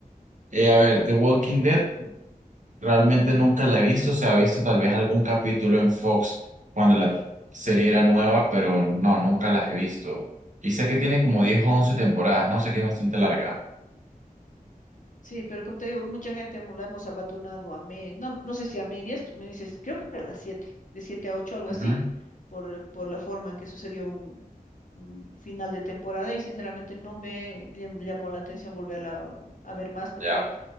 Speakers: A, on the right; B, on the left.
A: Eh, a ver, The Walking Dead. Realmente nunca la he visto, se ha visto tal vez algún capítulo en Fox cuando la serie era nueva, pero no, nunca las he visto. Y sé que tiene como 10 o 11 temporadas, no sé que es bastante larga.
B: Sí, pero como te digo, mucha gente mo- la hemos abandonado a me, no, no sé si a medias, me dices, creo que a las 7, de 7 a 8, algo
A: Ujú,
B: así, por, por la forma en que sucedió un, un final de temporada y sinceramente no me llam- llamó la atención volverla a ver más porque
A: Ya,